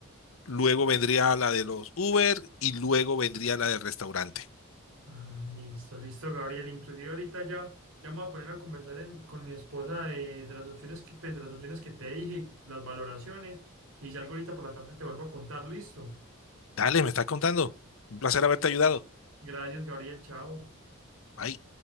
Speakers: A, on the left (about 70°); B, on the right (about 75°).
A: luego vendría la de los Uber y luego vendría la del restaurante.
B: Ah, listo, listo, Gabriel. Inclusive ahorita ya, ya me voy a poner a conversar en- con mi esposa de, de las opciones que, pues, de las opciones que te dije, las valoraciones, y si algo ahorita por la tarde te vuelvo a contar, listo.
A: Dale, me estás contando. Un placer haberte ayudado.
B: Gracias, Gabriel, chao.
A: Bye.